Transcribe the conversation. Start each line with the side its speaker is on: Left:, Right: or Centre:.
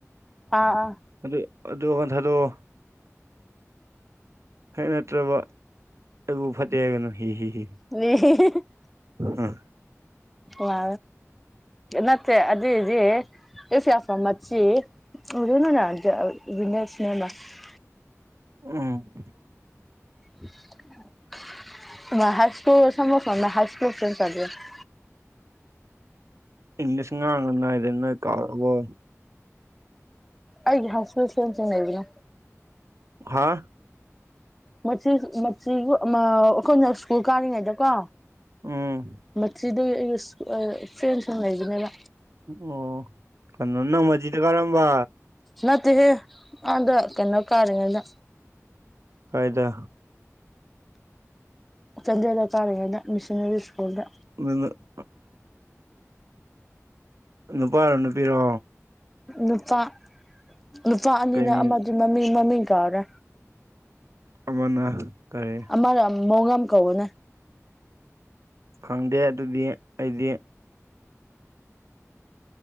Centre: ꯑꯥ ꯑꯥ
Right: ꯑꯗꯨ ꯑꯗꯨ ꯋꯥꯈꯟ ꯊꯥꯗꯣꯑꯣ ꯍꯦꯛ ꯅꯠꯇ꯭ꯔꯕ ꯑꯩꯕꯨ ꯐꯠꯇꯦ ꯍꯥꯏꯒꯅꯨ ꯍꯤ ꯍꯤ ꯍꯤ
Centre: <unintelligible>
Right: ꯍꯝ
Centre: ꯋꯥ ꯅꯠꯇꯦ ꯑꯗꯨꯏꯗꯤ ꯏꯐꯌꯥꯐ꯭ꯔꯣꯝ ꯃꯠꯆꯤ <unintelligible>
Right: ꯎꯝ
Centre: <unintelligible>
Right: ꯏꯪꯂꯤꯁ ꯉꯥꯡꯉꯅꯨ ꯍꯥꯏꯗꯤ ꯅꯣꯏ ꯀꯥꯎꯔꯕꯣ
Centre: ꯑꯩꯒꯤ ꯍꯥꯏꯁ꯭ꯀꯨꯜ ꯐꯔꯦꯟꯁ ꯁꯤꯡ ꯂꯩꯕꯅꯦ
Right: ꯍꯥꯥ
Centre: ꯃꯆꯤꯁꯨ ꯃꯆꯤꯎ ꯑꯃ ꯑꯩꯈꯣꯏꯅ ꯁ꯭ꯀꯨꯜ ꯀꯥꯔꯤꯉꯩꯗꯀꯣ
Right: ꯎꯝ
Centre: ꯃꯆꯤꯗꯣ ꯑꯩꯒꯤ ꯏꯁ ꯑ ꯐ꯭ꯔꯦꯟꯁꯤꯡ ꯂꯩꯕꯅꯤꯗ
Right: ꯑꯣ ꯀꯩꯅꯣ ꯅꯪ ꯃꯆꯤꯗ ꯀꯥꯔꯝꯕ
Centre: ꯅꯠꯇꯦꯍꯦ ꯑꯥꯗ ꯀꯩꯅꯣ ꯀꯥꯔꯤꯉꯩꯗ
Right: ꯀꯥꯏꯗ
Centre: ꯆꯥꯟꯗꯦꯜꯗ ꯀꯥꯔꯤꯉꯩꯗ ꯃꯤꯁꯟꯅꯔꯤ ꯁ꯭ꯀꯨꯜꯗ
Right: <unintelligible> ꯅꯨꯄꯥꯔꯣ ꯅꯨꯄꯤꯔꯣ
Centre: ꯅꯨꯄꯥ ꯅꯨꯄꯥ ꯑꯅꯤꯅꯦ
Right: ꯀꯩ ꯃꯤꯡ
Centre: ꯑꯃꯗꯤ ꯃꯃꯤ ꯃꯃꯤꯡ ꯀꯥꯎꯔꯦ
Right: ꯑꯃꯅ ꯀꯩ
Centre: ꯑꯃꯅ ꯃꯣꯡꯉꯝ ꯀꯧꯕꯅꯦ
Right: ꯈꯪꯗꯦ ꯑꯗꯨꯗꯤ ꯑꯩꯗꯤ